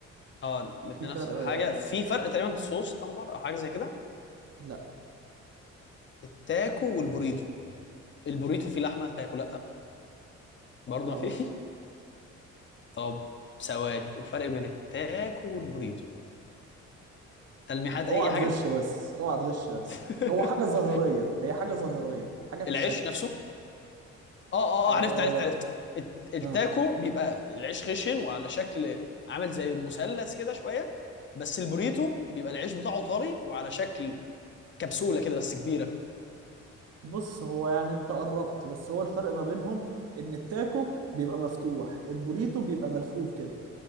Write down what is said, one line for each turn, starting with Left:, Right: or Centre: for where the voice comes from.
Left: اه الاثنين
Right: في فرق
Left: نفس الحاجه
Right: آه،
Left: في فرق تقريبا صوص اخضر او حاجه زي كده
Right: لا
Left: التاكو والبوريتو البوريتو فيه لحمه التاكو لا برضه
Right: لا
Left: ما فيه
Right: برضه
Left: <laughs> طب ثواني الفرق بين التاكو والبوريتو تلميحات
Right: اوعى
Left: اي حاجه
Right: تغش بس اوعى تغش بس
Left: <laughs>
Right: هو حاجة ظاهرية هي حاجة ظاهرية حاجة في
Left: العيش
Right: الشكل
Left: نفسه اه اه
Right: اه,
Left: اه عرفت عرفت عرفت الت- التاكو
Right: آه.
Left: بيبقى العيش خشن وعلى شكل عامل زي مثلث كده شويه بس البوريتو بيبقى العيش بتاعه طري وعلى شكل كبسولة كده بس كبيرة
Right: بص هو يعني انت قربت بس هو الفرق ما بينهم ان التاكو بيبقى مفتوح البوريتو بيبقى ملفوف كده